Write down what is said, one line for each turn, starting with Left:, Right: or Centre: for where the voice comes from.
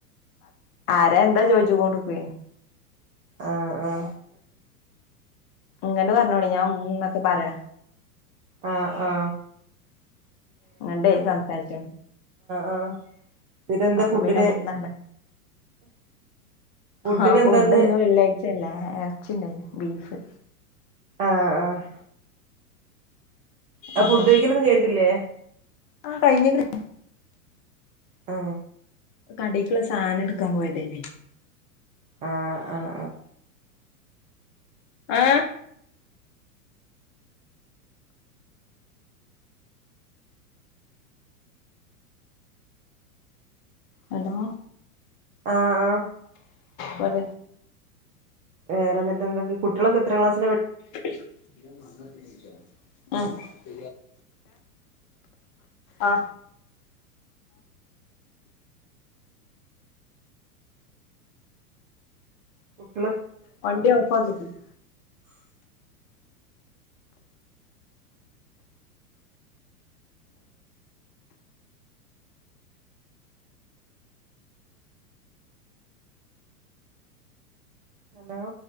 Left: ആരാ എന്താ ചോയിച്ച് കൊണ്ട് നിക്കേ
Right: ആ ആ
Left: ഇങ്ങോട്ട് പറഞ്ഞോടി ഞാൻ ഉം ഇന്നൊക്കെ പറയാ
Right: ആ ആ
Left: അങ്ങട്ട സംസാരിച്ച
Right: ആഹ് എന്നിട്ട് എന്താ
Left: അപ്പൊ
Right: ഫുഡിന്
Left: പിന്നെ മൂന്ന
Right: ഫുഡിന്
Left: ആ ഫുഡ്
Right: എന്താന്ന്
Left: ഒന്നും വെള്ളിയാഴ്ചല്ലേ ഇറച്ചിണ്ടായി ബീഫ്
Right: ആഹ് ആഹ് ആ
Left: അപ്പൊ
Right: ഫുഡ് കഴിക്കുന്നോരൊന്നും കേട്ടില്ലേ
Left: ആ കഴിഞ്ഞേക്കണ്
Right: ആ
Left: കടേക്കുള്ള സാധനം എടുക്കാൻ പോയതേനേ
Right: ആ ആ ആ
Left: ആ ഹലോ
Right: ആ ആ
Left: പറ
Right: വേറെന്തിട്ട എന്തൊക്കെ കുട്ടികളൊക്കെ എത്രാം ക്ലാസി
Left: <unintelligible> ഉം ഏ ആ
Right: ഉം
Left: വണ്ടി ഓഫ് ആക്കീട്ടില്ല
Right: ഹലോ